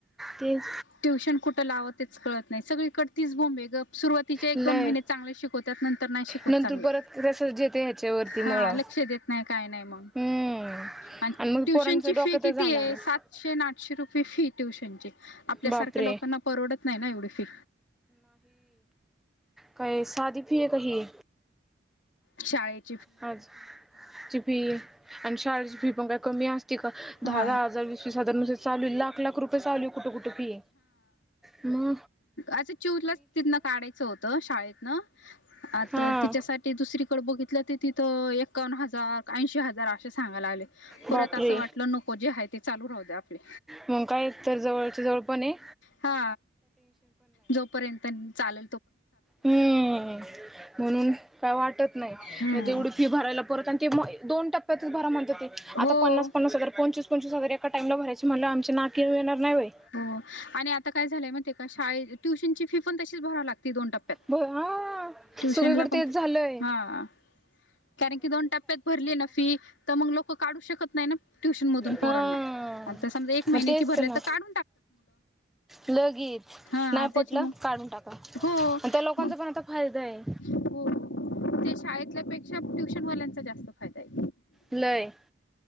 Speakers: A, in the centre; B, on the left.
A: तेच
B: ट्युशन कुठ लावतच कळत नाही सगळीकडतीच बोंबे ग सुरुवातीचे एक
A: लय
B: दोन महिने चांगले शिकवत नंतर नाही शिकवत
A: नंतर
B: चांगले
A: परत रसच येते ह्याच्यावरती
B: हा
A: मुळावर
B: लक्ष देत नाही काय नाही मग
A: हम्म
B: आणि
A: मग
B: ट्युशनची
A: पोरांचं डोक्यातच
B: फी कितीये
A: जाणार नाही
B: सातशे आणि आठशे रुपये फी ट्यूशन ची. आपल्यासारख्या
A: बापरे
B: लोकांना परवडत नाही ना एवढी फी.
A: काही साध फीये का ही.
B: शाळेत.
A: क्लास ची फी आण शळची भी पण काय. कमी असती का
B: हा
A: दाह दाह हजार वीस वीस हजार. चालू लाख लाख रुपये चालू कुठे कुठे फी. म.
B: अ चिऊलाच तिथन काढायचं होतं शाळेतन आता
A: हा
B: तिच्यासाठी दुस दुसरीकडे बघितला ते तर एकावन्न हजार ऐंशी हजार असे सांगायलागले परत
A: बापरे
B: असं वाटलं नको जे आहे ते चालू रा होद आप आपले
A: मग काय तर जवळच्या जवळ पणे.
B: हा जोपर्यंत चाल
A: हम्म म्हणून काय वाटत नाही.
B: हम्म
A: तेवढी फी भरायला परत आणि ते दोन टप्प्यातच भरा म्हणतात ते आता
B: हो
A: पन्ना पन्नास हजार कोन पंचवीस पंचवीस हजार एका टाम ला भरायची म्हणल्यावर आमच्या नाकी नऊ येणार. नाही व्हय
B: हो आणि आता काय झालंय माहीतेका शाळेत ट्युशनची फी पण तशी भरा लागती दोन टप्पात
A: ब हा
B: ट्युशनला
A: सगळीकडे
B: पण.
A: तेच झालंय
B: हा. कारण की दोन टप्प्यात भरली ना फी त मग लोक काढू शकत नाही ना ट्युशन मधून पोरांना.
A: हा
B: आता समजा एक महिन्याची
A: मग तेच
B: भरल्यात
A: ना
B: काढ
A: लगेच
B: हा
A: नाही
B: त्याच्यामु
A: पटलं काढून टाक आण
B: हो
A: त्या लोकांचा
B: मग
A: पण आता फायदाये.
B: हो ते शाळेतल्यापेक्षा ट्युशनवाल्यांचा जास्त फायदाये.
A: लय